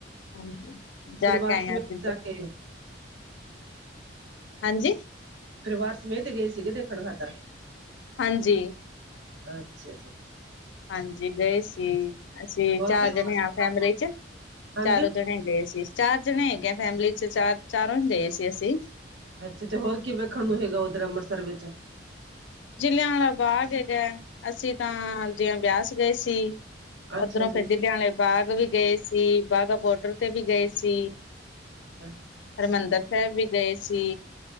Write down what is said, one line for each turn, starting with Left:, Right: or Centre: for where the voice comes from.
Left: ਹਾਂਜੀ ਜਾ
Right: ਪਰਿਵਾਰ
Left: ਕੇ ਆਏ
Right: ਸਮੇਤ
Left: ਹਾਂ ਅਸੀਂ
Right: ਜਾ ਕੇ
Left: ਹਾਂਜੀ।
Right: ਪਰਿਵਾਰ ਸਮੇਹ ਤੇ ਗਏ ਸੀਗੇ ਦੇਖਣ ਖਾਤਰ।
Left: ਹਾਂਜੀ।
Right: ਅੱਛਾ ਜੀ।
Left: ਹਾਂਜੀ ਗਏ ਸੀ, ਅਸੀਂ
Right: ਹੋਰ
Left: ਚਾਰ
Right: ਵੀ ਅੰਮ੍ਰਿਤਸਰ
Left: ਜਾਣੇ ਹਾਂ ਫੈਮਲੀ ਚ
Right: ਹਾਂਜੀ
Left: ਚਾਰੋ ਜਣੇ ਗਏ ਸੀ, ਚਾਰ ਜਣੇ ਹੈਗੇ ਫੈਮਿਲੀ ਚ ਚਾਰ ਚਾਰੋਂ ਗਏ ਸੀ ਅਸੀਂ।
Right: ਅੱਛਾ ਤੇ ਹੋਰ ਕੀ ਵੇਖਣ ਨੂੰ ਹੈਗਾ ਉੱਧਰ ਅੰਮ੍ਰਿਤਸਰ ਵਿੱਚ
Left: ਚੱਲੇ ਆ ਵਾਲਾ ਬਾਗ ਹੈਗਾ, ਅਸੀਂ ਤਾਂ ਜਿ ਬਿਆਸ ਗਏ ਸੀ।
Right: ਅੱਛਾ
Left: ਓਧਰੋਂ
Right: ਜੀ
Left: ਫਿਰ ਜਲਿਆਂ ਵਾਲੇ ਬਾਗ ਵੀ ਗਏ ਸੀ, ਬਾਗਾ ਬੋਡਰ ਤੇ ਵੀ ਗਏ ਸੀ।
Right: ਹੈ।
Left: ਹਰਿਮੰਦਰ ਸਾਹਿਬ ਵੀ ਗਏ ਸੀ।